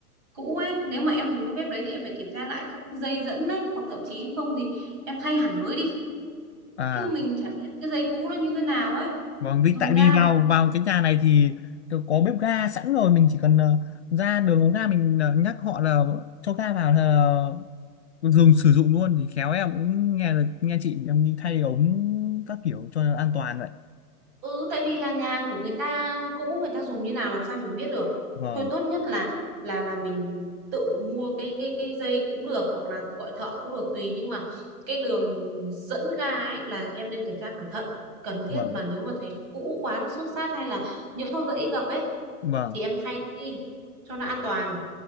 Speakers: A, on the right; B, on the left.
A: cũ ấy, nếu mà em dùng cái bếp đấy thì em phải kiểm tra lại các dây dẫn ấy hoặc thậm chí không thì em thay hẳn mới đi.
B: à.
A: chứ mình chả biết cái giấy cũ nó như thế nào ấy
B: Vâng, vì
A: dùng
B: tại
A: ga
B: vì
A: mà.
B: vào vào cái nhà này thì có bếp ga sẵn rồi, mình chỉ cần ờ, ra đường ống ga mình ờ, nhắc họ là cho ga vào là dùng sử dụng luôn thì khéo em cũng nghe là nghe chị em đi thay ống các kiểu cho nó an toàn vậy.
A: ừ tại vì là nhà của người ta cũ người ta dùng như nào làm sao mình biết được
B: Vâng,
A: thôi tốt nhất là là là mình tự mua cái cái cái dây cũng được hoặc là gọi thợ cũng được tùy nhưng mà cái đường dẫn ga ấy là em nên kiểm tra cẩn thận cần thiết
B: vâng,
A: mà nếu mà thấy nó cũ quá nó xước xát hay là nhỡ nó gãy gập ấy
B: vâng,
A: thì em thay nó đi cho nó an toàn